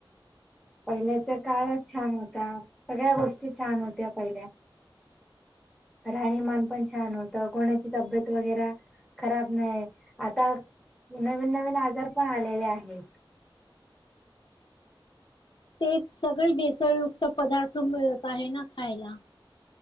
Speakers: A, in the centre; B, on the left (about 60°).
A: पहिल्याचा काळच छान होता सगळ्या गोष्टी छान होत्या पहिल्या. राणीमान पण छान होतं कोणाची तब्येत वगैरे. खराब नाही आता नवीन नवीन आजार पण आलेले आहेत.
B: तेच सगळे बेसळयुक्त पदार्थ मिळत आहे ना खायला.